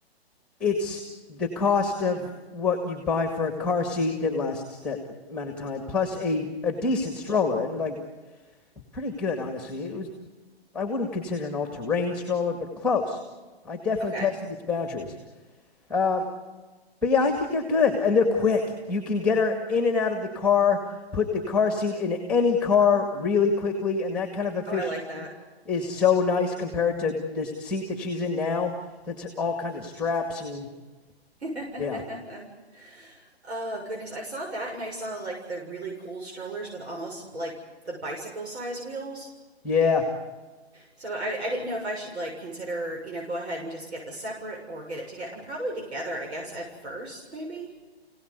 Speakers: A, in the centre; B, on the right.
A: it's the cost of what you'd buy for a car seat that lasts that amount of time plus a a decent stroller and like pretty good honestly. It was I wouldn't consider an all-terrain stroller, but close. I definitely
B: Okay.
A: tested its boundaries. Um, but yeah, I think they're good and they're quick. You can get her in and out of the car, put the car seat in any car really quickly, and that kind of efficiency
B: Oh, I like that.
A: is so nice compared to this seat that she's in now. That's all kinds of straps and
B: <laughs>
A: yeah,
B: Oh goodness, I saw that and I saw like the really cool strollers with almost like the bicycle size wheels.
A: yeah.
B: So I, I didn't know if I should like consider, you know, go ahead and just get the separate or get it together. And probably together, I guess, at first, maybe.